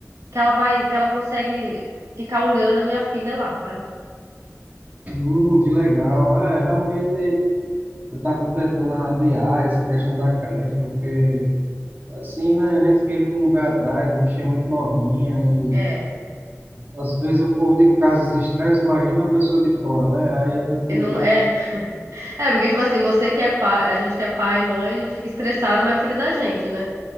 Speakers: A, on the right (about 70°); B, on the right (about 35°).
A: que ela vai, que ela consegue ficar olhando a minha filha lá, sabe?
B: Hum, que legal. É, realmente Eu estava tentando adiar essa questão da creche, porque assim, né, a gente fica com o pé atrás, a bichinha é muito novinha e
A: É.
B: às vezes o povo de casa se estressa, imagina uma pessoa de fora, né? Aí a gente...
A: E não é, é porque tipo assim, você que é pai, a gente que é pai e mãe, a gente fica estressado, mas é filho da gente, né?